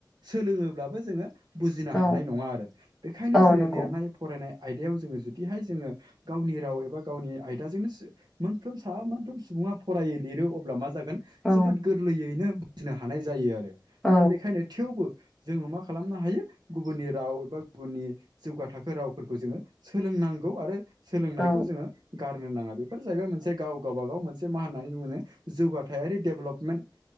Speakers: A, on the right; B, in the centre.
A: सोलोङोब्लाबो जोङो बुजिनो
B: औ
A: हानाय नङा आरो बेखायनो
B: औ
A: जोङो
B: नंगौ
A: लिरनाय फरायनाय आयदायाव जोङो जुदिहाय जोङो गावनि राव एबा गावनि आयदाजोंनो मोनफ्रोम सा मोनोम सुबुं बुंङा फरायै लिरो अब्ला मा जागोन
B: औ
A: जोबोद गोरलैयैनो बुजनो हानाय जायो आरो
B: औ
A: दा बेखायनो थेवबो जोङो मा खालामनो हायो गुबुननि राव एबा गुबुननि जौगा थाखो रावफोरखौ जोङो सोलोंनांगौ आरो सोलोंनायखौ
B: औ
A: जोङो गारनो नाङा बेफोर जाहैबाय मोनसे गाव गावबागाव मोनसे मा होननानै बुङो जौगा थाइारि दडेभेलपमेन्ट